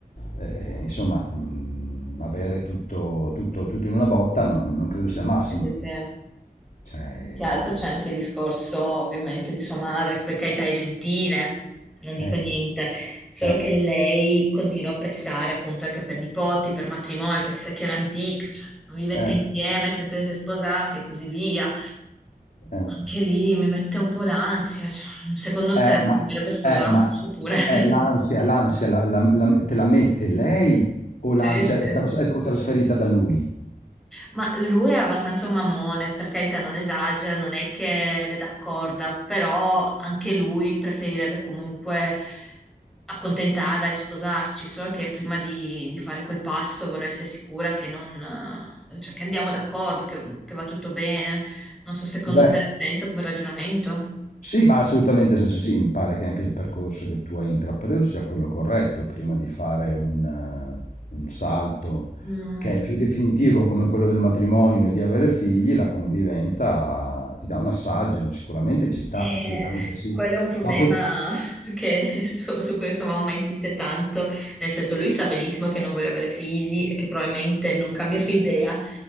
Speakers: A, on the left; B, in the centre.
A: ehm, insomma, mhmm, avere tutto tutto tutto in una botta non non credo sia il massimo.
B: Sì, sì, sì.
A: Cioè
B: Più che altro c'è anche il discorso ovviamente di sua madre, che per carità è gentile, non dico
A: eh,
B: niente, solo
A: eh,
B: che lei continua a pressare appunto anche per nipoti, per matrimonio, perché sa che è l'antica, cioè non vivete
A: eh,
B: insieme
A: eh,
B: senza essere sposati e così via.
A: eh,
B: Anche lì mi mette un po' l'ansia, cioè, secondo
A: eh,
B: te si
A: ma
B: dovrebbe sposarsi
A: eh, ma
B: oppure... <laughs>
A: eh, l'ansia l'ansia la la la te la mette lei o
B: Sì,
A: l'ansia
B: sì.
A: è tras o trasferita da lui?
B: Ma lui è abbastanza un mammone, per carità non esagera, non è che le dà corda, però anche lui preferirebbe comunque accontentarla e sposarci, solo che prima di, di fare quel passo vorrei essere sicura che non, eh, cioè che andiamo d'accordo, che, che va tutto bene. Non so, secondo
A: Beh
B: te ha senso come ragionamento?
A: Sì, ma assolutamente, nel senso sì, mi pare che anche il percorso che tu hai intrapreso sia quello corretto, prima di fare un, eh, un salto
B: Mm.
A: che è più definitivo come quello del matrimonio e di avere figli, la convivenza ti dà un assaggio, sicuramente ci sta,
B: Eh,
A: assolutamente sì.
B: quello è un problema
A: Dopo...
B: <laughs> che- su, su cui sua mamma insiste tanto, nel senso lui sa benissimo che non vuole avere figli e che probabilmente non cambierò <laughs> idea,